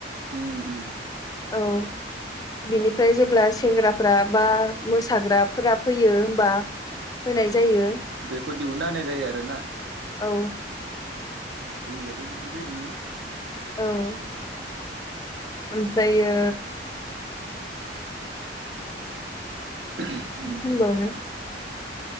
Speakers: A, on the right (about 80°); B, on the left (about 20°).
A: उम उम
B: औ बिनिफ्राय जेब्ला सेंग्राफोरा बा मोसाग्राफोरा फैयो होमबा होनाय जायो
A: बेखौ दिहुनना होनाय जायो आरो ना
B: औ
A: जोंनियाबो बेफोरबायदिनो
B: औ ओमफ्रायो
A: <inaudible>
B: होनबावनो